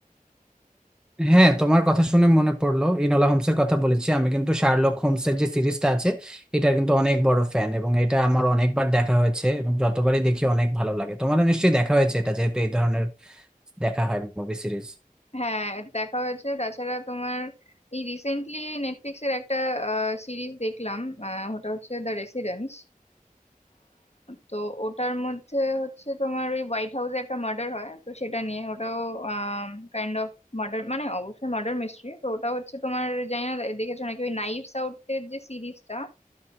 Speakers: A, in the centre; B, on the left.
A: হ্যাঁ তোমার কথা শুনে মনে পড়লো ইনোলা হোমসের কথা বলেছি আমি কিন্তু শার্লক হোমসের যে সিরিজটা আছে এটার কিন্তু অনেক বড় ফ্যান এবং এটা আমার অনেকবার দেখা হয়েছে এবং যতবারই দেখি অনেক ভালো লাগে তোমারও নিশ্চয়ই দেখা হয়েছে এটা যেহেতু এই ধরনের দেখা হয় মুভি সিরিজ
B: হ্যাঁ দেখা হয়েছে তাছাড়া তোমার এই রিসেন্টলি নেটফ্লিক্সের একটা সিরিজ দেখলাম আহ, ওটা হচ্ছে দ্য রেসিডেন্স তো ওটার মধ্যে হচ্ছে তোমার ওই হোয়াইট হাউসে একটা মার্ডার হয় তো সেটা নিয়ে ওটাও কাইন্ড অফ মার্ডার মানে অবশ্যই মার্ডার মিস্ট্রি তো ওটা হচ্ছে তোমার জানি না দে- দেখেছো নাকি ওই নাইভস আউট এর যে সিরিজটা